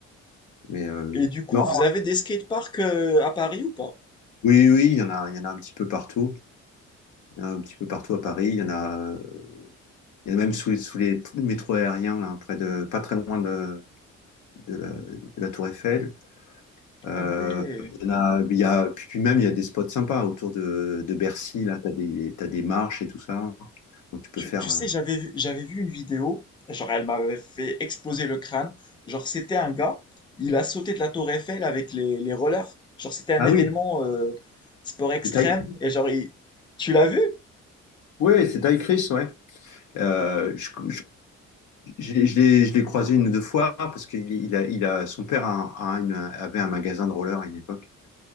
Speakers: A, on the left; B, on the left.
A: mais euh,
B: Et du coup,
A: non,
B: vous avez des skateparks euh, à Paris ou pas?
A: oui, oui, il y en a, il y en a un petit peu partout. Il y en a un petit peu partout à Paris. Il y en a, euh, il y en a même sous, les sous les métros aériens, là, près de, pas très loin de, de la, de la Tour Eiffel. Euh,
B: Ah ouais.
A: il y en a, il y a- puis même, il y a des spots sympas autour de, de Bercy. Là, tu as des, t'as des marches et tout ça. Donc, tu peux
B: Tu,
A: faire.
B: tu sais,
A: euh,
B: j'avais vu, j'avais vu une vidéo, genre elle m'avait fait exploser le crâne. Genre c'était un gars, il a sauté de la tour Eiffel avec les, les rollers. Genre c'était un
A: Ah
B: événement
A: oui,
B: euh, sport extrême.
A: c'est Ty Chris.
B: Et genre, il- tu l'as vu?
A: Ouais, c'est Ty Chris, ouais. Euh, je je- j'ai- je l'ai je l'ai croisé une ou deux fois parce qu'il il a, il a, son père a- a une- avait un magasin de roller à une époque.